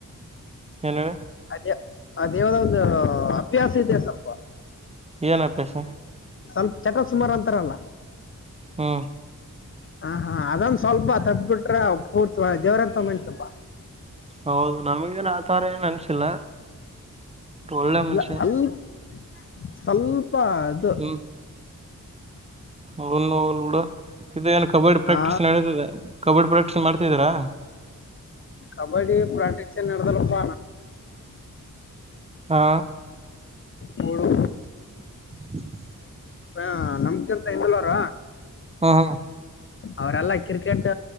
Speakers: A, on the right (about 20°); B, on the left (about 40°).
A: ಎಲ್ಲಡೆ
B: ಅದೇ ಆ ದೇವದ ಒಂದು ಅಪ್ಯಾಸ ಇದೆ ಸ್ವಲ್ಪ
A: ಏನಪ್ಪಸ
B: ಸ್ವಲ್ಪ ಚಟ ಸುಮಾರು ಅಂತಾರಲ್ಲ
A: ಹ್ಮ
B: ಹ ಹಾ ಅದಂದು ಸ್ವಲ್ಪ ತಪ್ಪಬಿಟ್ರ ಪೂರ್ತಿ ದೇವ್ರಂತ ಮ ಸ್ವಲ್ಪ
A: ಹೌದು ನಮಗೇನು ಆ ಥರ ಏನು ಅನಿಸಿಲ್ಲ ಒಳ್ಳೆಯ
B: ಇಲ್ಲ
A: ಮನಷೆ
B: ಸ್ವಲ್ಪ ಸ್ವಲ್ಪ ಅದು
A: ಹ್ಮ್ ಅವನು ಲೂಡೋ ಇದು ಏನು ಕಬಡ್ಡಿ ಪ್ರಾಕ್ಟೀಸ್
B: ಆ
A: ನಡತದೆ ಕಬಡ್ಡಿ ಪ್ರಾಕ್ಟೀಸ್ ಮಾಡ್ತಿದೀರಾ
B: ಕಬಡ್ಡಿ ಪ್ರಾಕ್ಟಿಕ್ಸ ನಡೆದಲು ಬ
A: ಹಾ
B: ಮೂರು
A: <inaudible>
B: ಅ ನಮ್ಕಂತ ಇಲ್ರ
A: ಹಾ ಹಾ
B: ಅವ್ರಲ್ಲಾ ಕ್ರಿಕೆಟ್